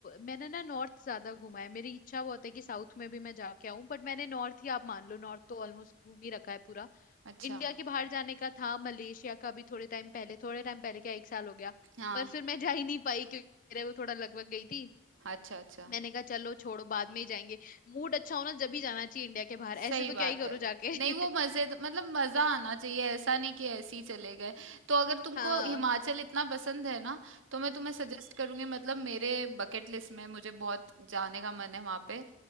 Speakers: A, on the left; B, on the right.
A: मैंने ना नॉर्थ ज्यादा घूमा है मेरी इच्छा बहुत है कि साउथ में भी मैं जाके आऊं बट मैंने नॉर्थ ही आप मान लो नॉर्थ तो ऑलमोस्ट घूम ही रखा है पूरा
B: अच्छा
A: इंडिया के बाहर जाने का था मलेशिया का भी थोड़े टाइम पहले थोड़े टाइम पहले क्या एक साल हो गया
B: हाँ
A: पर फिर मैं जा ही नहीं पाई क्योंकि मेरे वो थोड़ा लगभग गई थी
B: अच्छा अच्छा
A: मैंने कहा चलो छोड़ो बाद में ही जाएंगे मूड अच्छा हो ना जब ही जाना चाहिए इंडिया के बाहर
B: सही
A: ऐसे तो
B: बात
A: क्या ही करो
B: है
A: जाके <laughs>
B: नहीं वो मजे मतलब मजा आना चाहिए ऐसा नहीं कि ऐसे ही चले गए तो अगर तुमको
A: हाँ
B: हिमाचल इतना पसंद है ना तो मैं तुम्हें सजेस्ट
A: हम्म
B: करूंगी मतलब मेरे बकेट लिस्ट में मुझे बहुत जाने का मन है वहां पे